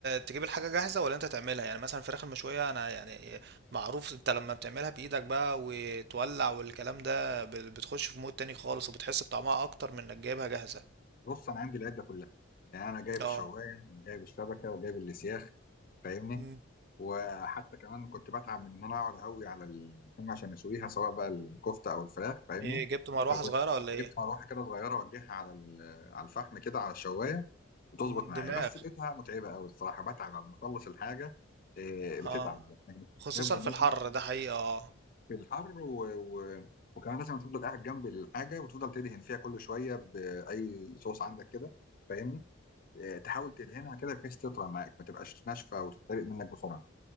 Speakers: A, on the right (about 50°); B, on the left (about 45°).
A: تجيب الحاجة جاهزة ولا انت تعملها يعني مثلا الفراخ المشوية انا يعني معروف انت لما بتعملها بإيدك بقى وتولع والكلام ده ب- بتخش في مود تاني خالص وبتحس بطعمها اكتر من انك جايبها جاهزة
B: بص انا عندي العده كلها يعني انا جايب
A: اه
B: الشوايه وجايب الشبكه وجايب الاسياخ فاهمني
A: مم.
B: وحتى كمان كنت بتعب من ان انا اقعد اهوي على اللحوم عشان اسويها سواء بقى الكفته او الفراخ فاهمني
A: ايه جبت مروحة
B: فكنت
A: صغيرة ولا ايه
B: جبت مروحه كده صغيره اوجهها على ال- على الفحم كده على الشوايه وتظبط
A: مم.
B: معايا
A: دماغ
B: بس لقيتها متعبه قوي الصراحه بتعب لما اخلص الحاجه إيه، بتتعب
A: اه
B: انك
A: خصوصا
B: بتفضل
A: في
B: لازم
A: الحر ده حقيقة اه
B: في الحر و... و... وكمان لازم تفضل قاعد جنب الحاجه وتفضل تدهن فيها كل شويه باي صوص عندك كده فاهمني إيه، تحاول تدهنها كده بحيث تطرى معاك ما تبقاش ناشفه وتتحرق منك بسرعه